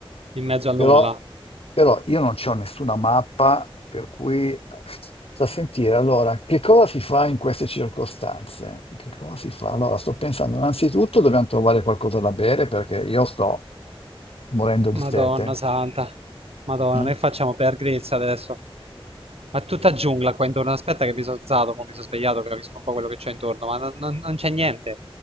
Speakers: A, on the right; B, on the left.
A: in mezzo al
B: Però,
A: nulla.
B: però io non c'ho nessuna mappa, per cui eh, da sentire allora che cosa si fa in queste circostanze? Che cosa si fa? Allora, sto pensando, innanzitutto dobbiamo trovare qualcosa da bere perché io sto morendo di
A: Madonna
B: sete.
A: santa. Madonna,
B: mm?
A: che facciamo per grezza adesso? Ma è tutta giungla qua intorno. Aspetta che mi sono alzato, mo mi sono svegliato, capisco un po' quello che c'è intorno, ma non, non- non c'è niente.